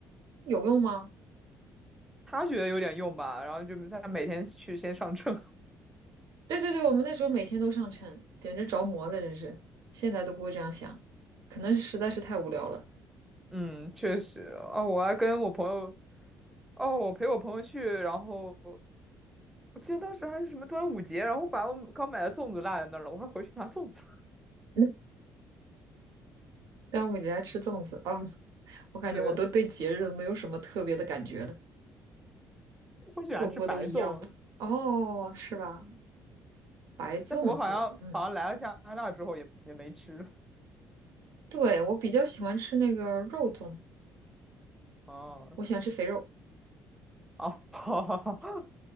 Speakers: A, on the right; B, in the centre.
A: 有用吗？
B: 他觉得有点用吧，然后就他每天去先上秤。<laughs>
A: 对对对，我们那时候每天都上秤，简直着魔了，真是。现在都不会这样想，可能是实在是太无聊了。
B: 嗯，确实。哦，我还跟我朋友，哦，我陪我朋友去，然后我记得当时还是什么端午节，然后把我刚买的粽子落在那儿了，我还回去拿粽子。<laughs>
A: <laughs> 端午节还吃粽子啊，我感觉我都对节日没有什么特别的感觉了，
B: 对，我喜欢吃白粽，
A: 过不过都一样吧。哦，是吧？
B: 嗯
A: 白粽子，
B: 但不过好像好像来了加拿大之后也也没吃。
A: 嗯，对，我比较喜欢吃那个肉粽，
B: 哦，
A: 我喜欢吃肥肉，
B: 哦，<laughs>